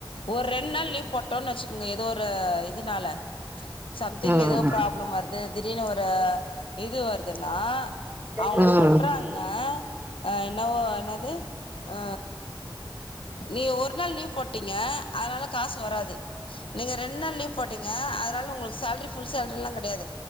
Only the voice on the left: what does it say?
ஒரு ரெண் நாள் லீவ் போட்டோன்னு வச்சுக்கோங்க ஏதோ ஒரு இதுனால சம்திங்
ஏதோ ப்ராப்ளம் வருது திடீர்னு ஒரு இது வரு துன்னா அவ்ங்க
சொல்றாங்க அ என்னவோ என்னது ஆ நீ ஒரு நாள் லீவ் போட்டீங்க அதனால காசு வராது நீங்க ரெண் நாள் லீவ் போட்டீங்க அதனால உங்களுக்கு சேலரி ஃபுல் சேலரில்லா கெடையாது